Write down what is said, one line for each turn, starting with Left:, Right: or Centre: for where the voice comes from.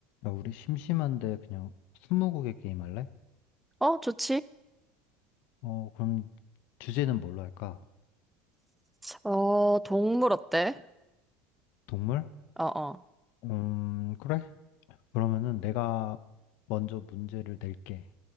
Left: 야, 우리 심심한데 그냥 스무고개 게임 할래?
Centre: 어, 좋지.
Left: 어, 그럼 주제는 뭘로 할까?
Centre: 어, 동물 어때?
Left: 동물?
Centre: 어, 어.
Left: 음, 그래? 그러면은 내가 먼저 문제를 낼게.